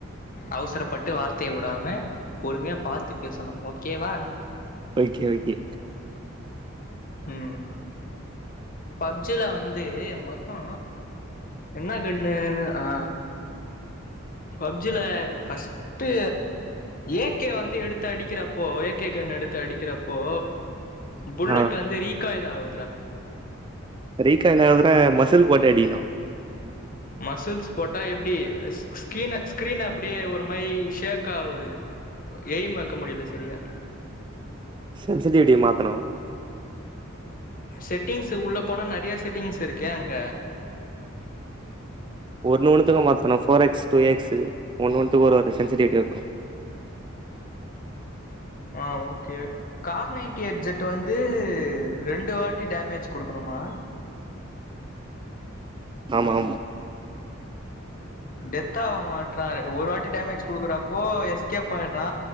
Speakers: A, on the left; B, on the right.
A: அவுசரப்பட்டு வார்த்தையை வுடாம பொறுமையா பார்த்து பேசணு ஓகேவா
B: ஓகே ஓகே
A: ம் பப்ஜில வந் து மொத்த என்ன கன்னு ஆ பப்ஜில ஃபஸ்ட்டு ஏகே வந்து எடுத்து அடிக்கிறப்போ ஏகே கன்னு எடுத்து அடிக்கிறப்போ புல்லெட்
B: ஆ
A: வந்து ரீகாயில் <unintelligible>
B: ரீக்காய்ன விட மசுல் போட்டு அடிக்கணு
A: மசுல்ஸ் போட்டா எப்டி ஸ் ஸ்கிரீன்னு ஸ்கிரீன்னு அப்டியே ஒரு மாரி ஷேக் ஆவுது எய்ம் வக்க முடியல சரியா
B: சேரி செசடி எப்டி மாத்தனோ
A: செட்டிங்ஸ் உள்ள போனா நெறைய செட்டிங்ஸ் இருக்கே அங்க
B: ஒண்ணு ஒண்ணுத்துக்க மாத்தணு ஃபோர் எக்ஸ் டூ எக்ஸ் ஒண்ணு ஒண்ணுத்துக்க ஒரு சென்சுரிட்ட வைக்கணு
A: ஆ ஓகே கார் நைன்டி எக்ஸ்ஜெட் வந்து ரெண்டு வாட்டி டேமேஜ் குடுக்கணுமா
B: ஆமா ஆம
A: டெத்த ஆக மாட்டறான் ஒரு வாட்டி டேமேஜ் குடுக்குறப்போ எஸ்கேப் ஆய்றா